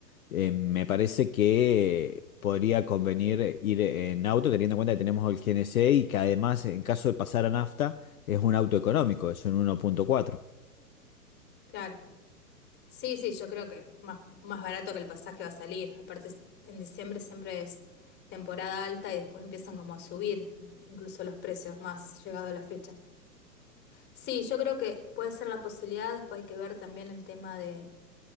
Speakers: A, on the left; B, on the left.
A: eh, me parece que podría convenir ir en auto, teniendo en cuenta que tenemos el GNC y que además, en caso de pasar a nafta, es un auto económico, es un 1.4.
B: Claro. Sí, sí, yo creo que más, más barato que el pasaje va a salir. Aparte, es- en diciembre siempre es temporada alta y después empiezan como a subir incluso los precios más llegado a la fecha. Sí, yo creo que puede ser la posibilidad, después hay que ver también el tema de